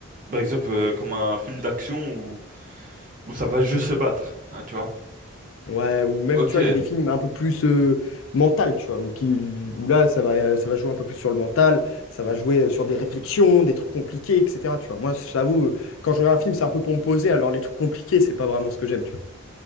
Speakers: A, on the right (about 40°); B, on the left (about 70°).
A: par exemple, euh, comme un film d'action où, où ça va juste se battre, hein, tu vois?
B: Ouais, ou même,
A: Ok,
B: tu vois, il y a des films un peu plus euh, mental, tu vois, où qui, où là, ça va, ça va jouer un peu plus sur le mental, ça va jouer euh, sur des réflexions, des trucs compliqués, etc. Tu vois. Moi, je t'avoue, euh, quand je regarde un film, c'est un peu pour me poser, alors les trucs compliqués, c'est pas vraiment ce que j'aime, tu vois.